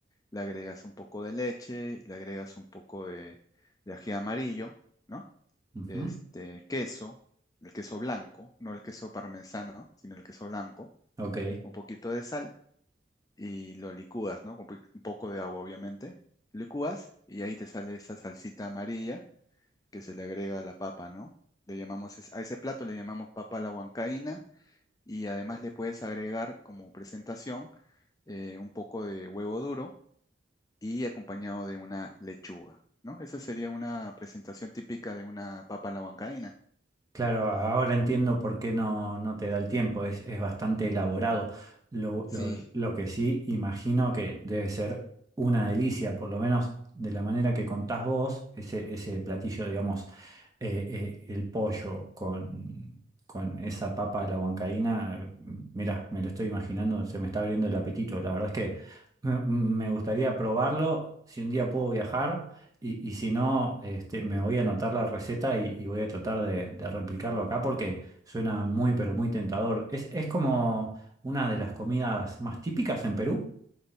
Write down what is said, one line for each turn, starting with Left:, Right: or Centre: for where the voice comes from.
Left: Le agregas un poco de leche, le agregas un poco de, de ají amarillo, ¿no?
Right: ujú.
Left: este, queso, el queso blanco, no el queso parmesano, sino el queso blanco,
Right: Ok,
Left: un poquito de sal y lo licúas, ¿no? Con pi- un poco de agua, obviamente. Licúas y ahí te sale esa salsita amarilla que se le agrega a la papa, ¿no? Le llamamos, es- a ese plato le llamamos papa a la huancaína y además le puedes agregar como presentación eh, un poco de huevo duro y acompañado de una lechuga, ¿no? Esa sería una presentación típica de una papa a la huancaína.
Right: claro, ahora entiendo por qué no, no te da el tiempo, es, es bastante elaborado. Lo,
Left: Sí,
Right: lo- lo que sí imagino que debe ser una delicia, por lo menos de la manera que contás vos, ese, ese platillo, digamos, eh, eh, el pollo con, con esa papa de la huancaína, Mira, me lo estoy imaginando, se me está abriendo el apetito, la verdad es que me me gustaría probarlo, si un día puedo viajar. Y, y si no, este, me voy a anotar la receta y, y voy a tratar de, de replicarlo acá porque suena muy, pero muy tentador. Es, es como una de las comidas más típicas en Perú.